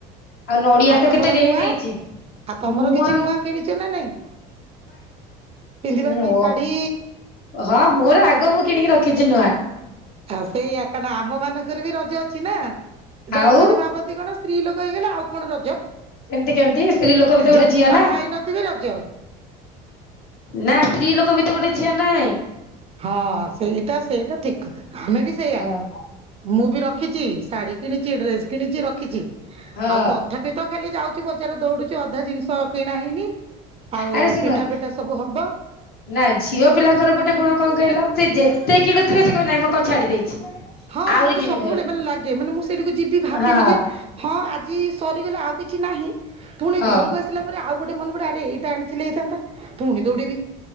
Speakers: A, on the left; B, on the right.
A: ଆଉ ନଡିଆ ତ
B: ତମର
A: କେତେ ରେଟ
B: ନୂଆ
A: ହେଇଛି।
B: ଆଉ ତମର
A: ମୁଆଁ
B: କିଛି ନୂଆ କିଣିଛ ନା ନାଇଁ ପିନ୍ଧିବା
A: ନୁଅ
B: ପାଇଁ ଶାଢୀ
A: ହଁ ମୋର ଆଗ ମୁଁ କିଣିକି ରଖିଛି ନୂଆଁ।
B: ଆଉ ସେଇଆ କଣ ଆମ ମାନଙ୍କର ବି ରଜ ଅଛି ନା ଜଣେ
A: ଆଉ
B: ଜଣେ ବା ଭାବନ୍ତି କଣ ସ୍ତ୍ରୀ ଲୋକ ହେଇଗଲେ ଆଉ କଣ ରଜ?
A: ସେମତି କେମିତି ସ୍ତ୍ରୀ ଲୋକ ଭିତ
B: ଯାହା
A: ଗୋଟେ ଝିଅ
B: ବାହା
A: ନା।
B: ହେଇନଥିବେ ରଜ।
A: ନା ସ୍ତ୍ରୀ ଲୋକ ବି ତ ଗୋଟେ ଝିଅ ନା ନାଇଁ?
B: ହଁ ସେଇଟା ସେଇଟା ଠିକ କଥା ଆମେ ବି ସେଇଆ।
A: ହଁ
B: ମୁଁ ବି ରଖିଛି ଶାଢୀ କିଣିଛି ଡ୍ରେସ୍ କିଣିଛି ରଖିଛି ଆଉ
A: ହଁ
B: ତ ତଥାପି ତ ଖାଲି ଯାଉଛି ବଜାର ଦୌଡୁଛି ଅଧା ଜିନିଷ କିଣା ହେଇନି। ଆଉ
A: ଆରେ ଶୁଣ
B: ପିଠା ଫିଠା ସବୁ ହବ।
A: ନା ଝିଅ ପିଲାଙ୍କର ଗୋଟେ ଗୁଣ କଣ କହିଲ ସେ ଯେତେ କିଣୁଥିବେ ସେ କହିବେ ନାହିଁ ମୁଁ କଣ ଛାଡି ଦେଇଛି।
B: ହଁ
A: ଆହୁରି
B: ମତେ
A: କିଣିବେ
B: ସବୁବେଳେ ମାନେ ଲାଗେ ମାନେ ମୁଁ ସେଇଠିକୁ ଯିବି ଭାବିବି
A: ହଁ
B: ଯେ ହଁ ଆଜି ସରିଗଲା ଆଉ କିଛି ନାହିଁ ପୁଣି
A: ହଁ
B: ଘରକୁ ଆସି ଥିଲା ପରେ ଆଉ ଗୋଟେ ମନ ପଡେ ଆରେ ଏଇଟା ଆଣିଥିଲେ ହେଇଥାନ୍ତା ପୁଣି ଦୌଡିବି।